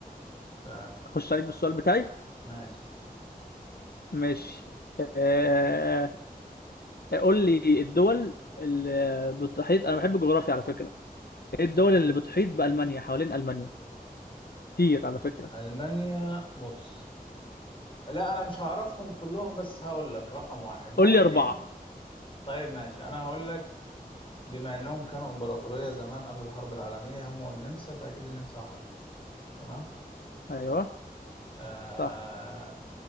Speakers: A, on the left (about 35°); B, on the left (about 85°).
A: ف
B: اخش عليك بالسؤال بتاعي
A: ماشي
B: ماشي آه، قول لي الدول اللي بتحيط انا بحب الجغرافيا على فكره ايه الدول اللي بتحيط بالمانيا حوالين المانيا كتير على فكره
A: ألمانيا بص لا أنا مش هعرفهم كلهم بس هقول لك رقم واحد ممكن
B: قول لي اربعه
A: طيب ماشي أنا هقول لك بما انهم كانوا امبراطوريه زمان قبل الحرب العالميه هم والنمسا فاكيد النمسا واحده منهم تمام
B: ايوه
A: آه
B: صح